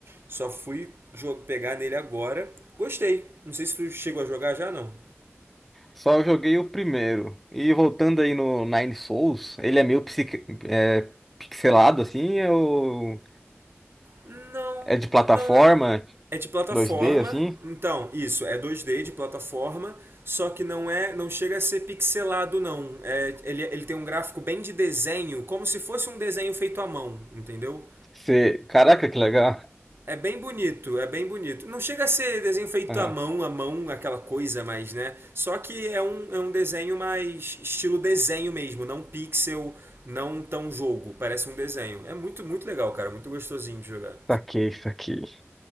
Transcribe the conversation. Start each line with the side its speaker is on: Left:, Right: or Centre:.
Right: Só fui jo- pegar nele agora. Gostei. Não sei se tu chegou a jogar já, não.
Centre: Só joguei o primeiro. E voltando aí no Nine Souls, ele é meio psique- é, pixelado assim, é, o-
Right: Não,
Centre: é de plataforma
Right: não, não. É de plataforma,
Centre: 2D assim.
Right: então, isso, é dois d de plataforma, só que não é, não chega a ser pixelado, não. É, ele, ele tem um gráfico bem de desenho, como se fosse um desenho feito à mão, entendeu?
Centre: Você... Caraca, que legal.
Right: É bem bonito, é bem bonito. Não chega a ser desenho feito
Centre: Ah,
Right: à mão, à mão, aquela coisa mais, né? Só que é um, é um desenho mais estilo desenho mesmo, não pixel, não tão jogo. Parece um desenho. É muito, muito legal, cara, muito gostosinho de jogar.
Centre: saquei isso aqui.